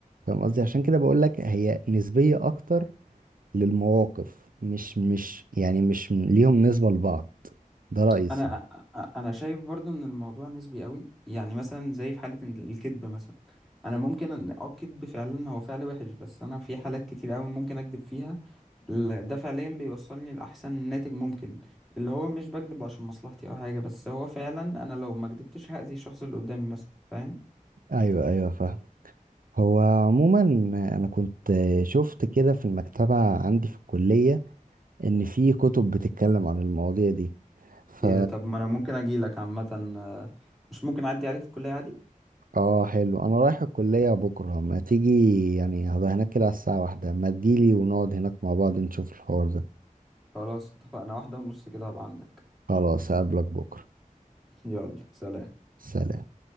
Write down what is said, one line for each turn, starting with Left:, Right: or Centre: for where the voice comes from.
Right: فاهم قصدي عشان كده بقول لك هي نسبية اكتر للمواقف مش مش يعني مش م- ليهم نسبة لبعض ده رأيي الصراحة.
Centre: انا أ- أ- انا شايف برضو ان الموضوع نسبي قوي يعني مثلا زي في حاله إن الكذب مثلا انا ممكن ان اه الكذب فعلا هو فعل وحش بس انا في حالات كتير قوي ممكن اكذب فيها ال- ده فعليا بيوصلني لاحسن ناتج ممكن اللي هو مش بكذب عشان مصلحتي او حاجه بس هو فعلا انا لو ما كذبتش هاذي الشخص اللي قدامي مثلا فاهم
Right: ايوه ايوه فاهم هو عموما انا كنت شفت كده في المكتبة عندي في الكلية ان في كتب بتتكلم عن المواضيع دي ف
Centre: ايه ده طب ما انا ممكن اجي لك عامة آه، مش ممكن اعدي عليك في الكلية عادي
Right: اه حلو انا رايح الكلية بكرة ما تيجي يعني هبقى هناك كده على الساعة واحدة ما تجيلي ونقعد هناك مع بعض نشوف الحوار ده
Centre: خلاص اتفقنا واحدة ونص كده هبقى عندك
Right: خلاص هقابلك بكرة
Centre: <laughs> يلا سلام
Right: سلام